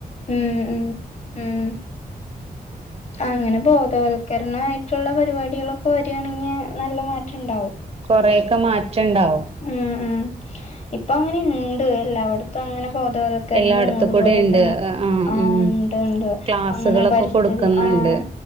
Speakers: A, on the left (about 45°); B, on the right (about 40°).
A: ഉം ഉം ഉം അങ്ങനെ ബോധവൽ ക്കരണായിട്ടുള്ള പരിപാടികളൊക്കെ വര്യാണെങ്കി നല്ല മാറ്റം ഉണ്ടാവും
B: കൊറേയൊക്കെ മാറ്റണ്ടാവും
A: ഉം ഉം ഇപ്പൊ അങ്ങനെ ഇ ഉണ്ട് എല്ലാവിടത്തും അങ്ങനെ ബോധവൽക്കരണോം
B: എല്ലായിടത്തു
A: അതുപോലെ
B: കൂടെ ഇണ്ട്
A: തന്നെ ആഹ്
B: ഉം
A: ഉണ്ട് ഉണ്ട്
B: ക്ലാസ്സുകളൊക്കെ
A: അങ്ങനെ പരിസ്ഥിതി
B: കൊടുക്കുന്നുണ്ട്
A: ആഹ്